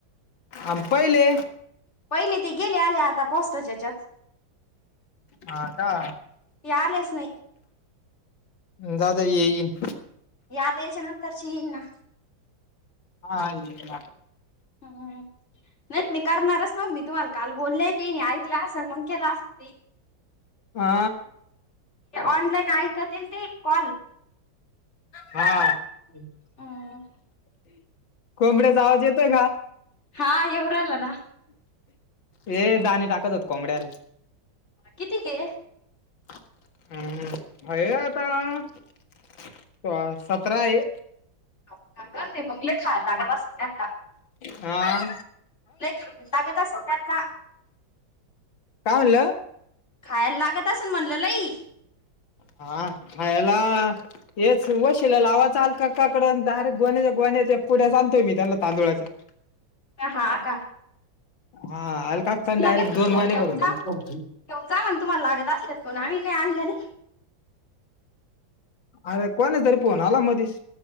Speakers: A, on the left; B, on the left.
A: आ पहिले
B: पहिले ते गेले आले आता पोस्ट त्याच्या याच्यात.
A: हा का.
B: ये आलेच नाही.
A: जावुदया येईल.
B: हे आता याच्या नंतरची येईन ना.
A: हा येईन
B: हं हं हं नाहीत मी करणारच नव्हते मी तुम्हाला काल बोलले होते कि नाही आई ते असलं म्हणून केला सुटली
A: हा
B: ऑनलाईन ऐकतेल ते कॉल
A: हा
B: अं ह
A: कोंबड्याचा आवाज येतोय
B: हा येऊ राहिला ना
A: ये दाणे टाकत होतो कोंबड्याला
B: कितीके
A: हम्म हम्म व्हय आत्ता त सतरा आहे
B: <unintelligible>
A: आ
B: <unintelligible> साधंच <unintelligible>
A: काय म्हणलं
B: खायला लागत असल म्हणलं लई
A: हा खायाला हेच वशीला लावायचा आल्का आक्काकडं डायरेक्ट गोण्याच्या गोण्या <unintelligible> पुड्याच आणतोय मी त्यांना तांदुळाच्या
B: हा हा आ का
A: हा अलकाकान
B: <unintelligible>
A: डायरेक्ट दोन
B: घेऊन जा
A: गोण्या
B: घेऊन
A: भरून धरल्या
B: जा मग तुम्हाला लागत असे पण आम्ही काय आणलं नाही
A: अरे कोणाचा तरी फोन आला मधीच